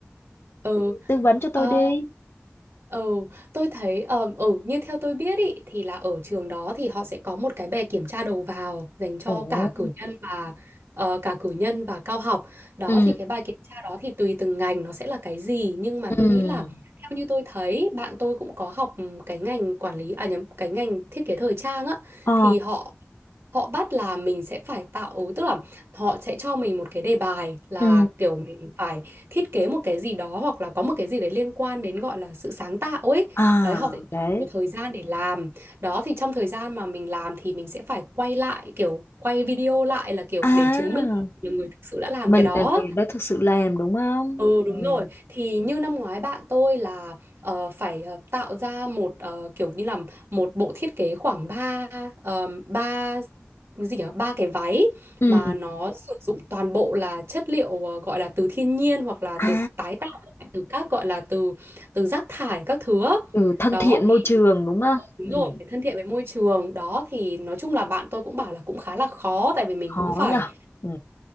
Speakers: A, on the right (about 65°); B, on the left (about 65°).
A: ừ
B: tư vấn cho tôi
A: Ờ,
B: đi
A: Ừ, tôi thấy ờ, ừ như theo tôi biết ý, thì là ở trường đó thì họ sẽ có một cái bài kiểm tra đầu vào dành cho
B: Ồ.
A: cả cử nhân và ờ, cả cử nhân và cao học. Đó
B: Ừ.
A: thì cái bài kiểm tra đó thì tùy từng ngành nó sẽ là cái gì nhưng mà
B: Ừ.
A: tôi nghĩ là theo như tôi thấy bạn tôi cũng có học cái ngành quản lý à nhầm cái ngành thiết kế thời trang á
B: ờ
A: thì họ họ bắt là mình sẽ phải tạo tức là họ sẽ cho mình một cái đề bài là
B: Ừ.
A: kiểu mình phải thiết kế một cái gì đó hoặc là có một cái gì đấy liên quan đến gọi là sự sáng tạo ấy
B: À,
A: đấy họ sẽ cho
B: đấy.
A: mình một thời gian để làm đó thì trong thời gian mà mình làm thì mình sẽ phải quay lại kiểu quay video lại là kiểu
B: à
A: để chứng minh là nhiều người thực sự đã làm
B: mình
A: cái đó
B: là người đã thực sự làm đúng không
A: Ừ đúng
B: Ừ.
A: rồi thì như năm ngoái bạn tôi là ờ, phải ờ, tạo ra một ờ, kiểu như là một bộ thiết kế khoảng ba ờm, ba cái gì nhỉ ba cái váy
B: ừ
A: mà nó sử dụng toàn bộ là chất liệu ờ, gọi là từ thiên nhiên hoặc là được
B: à
A: tái tạo lại từ các gọi là từ từ rác thải các thứ á.
B: ừ, thân
A: đó
B: thiện môi
A: thì
B: trường đúng không
A: ờ, đúng
B: Ừ.
A: rồi phải thân thiện với môi trường đó thì nói chung là bạn tôi cũng bảo là cũng khá là khó tại vì mình
B: khó
A: cũng phải
B: nhở Ừ.